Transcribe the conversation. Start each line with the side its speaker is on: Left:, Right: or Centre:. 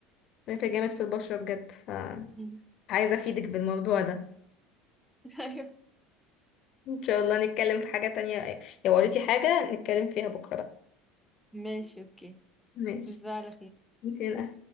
Left: بيفرق جامد في البشرة بجد فعايزة
Centre: مم.
Left: افيدك بالموضوع ده
Centre: <laughs> ايوه
Left: ان شاء الله نتكلم في حاجة تانية لو قريتي حاجة نتكلم فيها بكرة بقى
Centre: ماشي اوكي
Left: ماشي
Centre: تصبح على خير
Left: يمكن